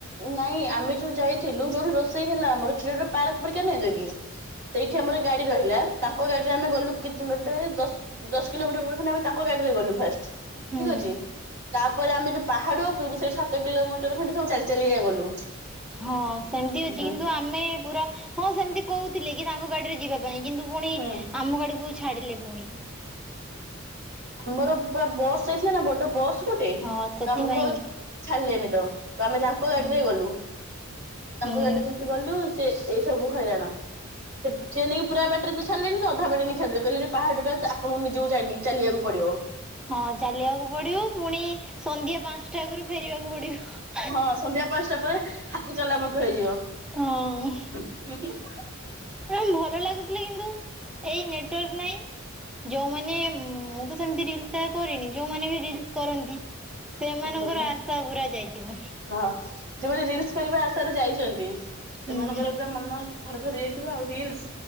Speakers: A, on the right; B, in the centre.
A: ନାଇଁ ଆମେ ଯୋଉ ଯାଇଥିଲୁ ଯୋଉଠି ରୋଷେଇ ହେଲା ଆମର <unintelligible> ପାର୍କ ପରିକା ନାଇଁ ଯ କି। ସେଇଠି ଆମର ଗାଡ଼ି ରହିଲା ତାଙ୍କ ଗାଡ଼ିରେ ଆମେ ଗଲୁ କି <unintelligible> ଦଶ ଦଶ କିଲୋମିଟର ଖଣ୍ଡେ ଆମେ ତାଙ୍କ ଗାଡ଼ି ରେ ଗଲୁ ଫାଷ୍ଟ।
B: ହୁଁ
A: ଠିକ୍ ଅଛି ତାପରେ ଆମେ ଯୋଉ ପାହାଡ଼ ଉପରକୁ ସେଇଠି ସାତ କିଲୋମିଟର ଖଣ୍ଡେ ସବୁ ଚାଲି ଚାଲିଆ ଗଲୁ।
B: ହଁ ସେମିତି ଅଛି
A: ହୁଁ।
B: କିନ୍ତୁ ଆମେ ପୁରା ହଁ ସେମିତି କହୁଥିଲେ କି ତାଙ୍କ ଗାଡ଼ିରେ ଯିବା ପାଇଁ କିନ୍ତୁ ପୁଣି
A: ହୁଁ
B: ଆମ ଗାଡ଼ିକୁ ଛାଡ଼ିଲେ ପୁଣି
A: ଆମର ପୁରା ବସ୍ ଯାଇଥିଲା ନା ବଡ ବସ୍ ଗୋଟେ
B: ହଁ
A: ତ
B: ସେଥିପାଇଁ
A: ଆମକୁ ଆଉ ଛାଡ଼ିଲେନି ତ ତ ଆମେ ତାଙ୍କ ଗାଡ଼ିରେ
B: ହୁଁ
A: ଗଲୁ। ତାଙ୍କ
B: ହୁଁ
A: ଗାଡ଼ି ଯେମିତି ଗଲୁ ସେ ଏ ସବୁ ହଇରାଣ ସେ ସେ ନେଇକି ପୁରା ଏବେ ରକୁ ଛାଡ଼ିଲେଣି ତ ଅଧା ବାଟେ ନେଇକି ଛାଡ଼ିଦେଲେ କହିଲେ ପାହାଡ଼ ଟା ଆପଣ ନିଜକୁ ଚାଲିବାକୁ ପଡ଼ିବ।
B: ହଁ ଚାଲିବାକୁ ପଡ଼ିବ ପୁଣି ସନ୍ଧ୍ୟା ପାଞ୍ଚଟା ଆଗରୁ ଫେରିବାକୁ ପଡ଼ିବ।
A: ହଁ ସନ୍ଧ୍ୟା ପାଞ୍ଚଟା ପରେ ହାତୀ ଚଲା ପଥ ହେଇଯିବ।
B: ହଁ
A: <unintelligible>
B: <unintelligible> ଭଲ ଲାଗୁଥିଲା କିନ୍ତୁ ଏଇ ନେଟୱାର୍କ ନାହିଁ। ଯୋଉମାନେ ମୁଁ ତ ସେମତି ରିଲସ ଟାଏ କରିନି ଯୋଉମାନେ ବି ରିଲସ କରନ୍ତି ସେମାନଙ୍କର
A: ଗଲା
B: ଆଶା ପୁରା ଯାଇଥିବ।
A: ହଁ ଯୋଉମାନେ ରିଲସ୍ କରିବା ଆଶାରେ ଯାଇଛନ୍ତି
B: ହୁଁ
A: ସେମାନଙ୍କର ପୁରା ମନ ଘର ଭରି ଯାଇଥିବ ଆଉ ରିଲସ୍